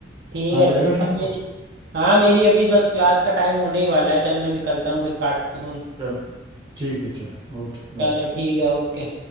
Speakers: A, on the right; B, on the right.
A: ठीक
B: आज
A: है चल
B: जाएगा
A: यार,
B: शाम
A: मेरी
B: को
A: हाँ मेरी अभी बस क्लास का टाइम होने ही वाला है चल मैं निकलता हूँ फिर काट के फोन
B: चल ठीक है चल Okay bye
A: चलो ठीक है ओके